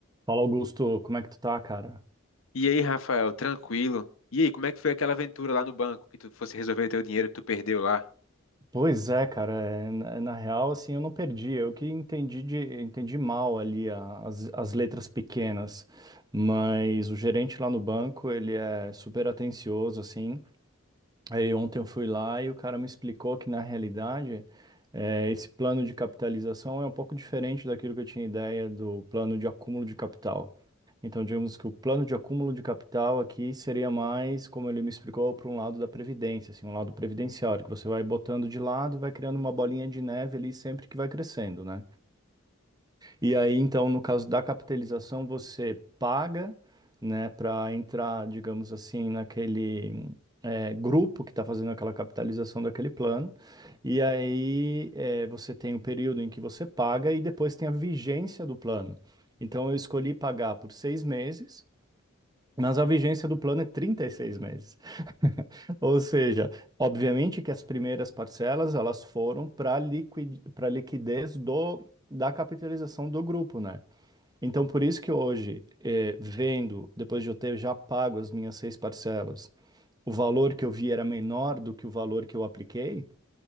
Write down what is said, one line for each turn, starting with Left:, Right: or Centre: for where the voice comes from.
Right: Fala, Augusto, como é que tu tá, cara?
Left: E aí, Rafael, tranquilo? E aí, como é que foi aquela aventura lá no banco que tu fosse resolver teu dinheiro que tu perdeu lá?
Right: Pois é, cara, é, na, na real, assim, eu não perdi, eu que entendi, de, entendi mal ali a- as, as letras pequenas, mas o gerente lá no banco, ele é super atencioso, assim, aí ontem eu fui lá e o cara me explicou que, na realidade, é, esse plano de capitalização é um pouco diferente daquilo que eu tinha ideia do plano de acúmulo de capital. Então, digamos que o plano de acúmulo de capital aqui seria mais, como ele me explicou, para um lado da previdência, assim, um lado previdenciário, que você vai botando de lado e vai criando uma bolinha de neve ali sempre que vai crescendo, né? E aí, então, no caso da capitalização, você paga, né, para entrar, digamos assim, naquele eh, grupo que está fazendo aquela capitalização daquele plano. E aí, eh, você tem o período em que você paga e depois tem a vigência do plano. Então, eu escolhi pagar por seis meses. Mas a vigência do plano é 36 meses. <laughs> Ou seja, obviamente que as primeiras parcelas elas foram para liquid, para liquidez do, da capitalização do grupo, né? Então, por isso que hoje, eh, vendo, depois de eu ter já pago as minhas seis parcelas, o valor que eu vi era menor do que o valor que eu apliquei,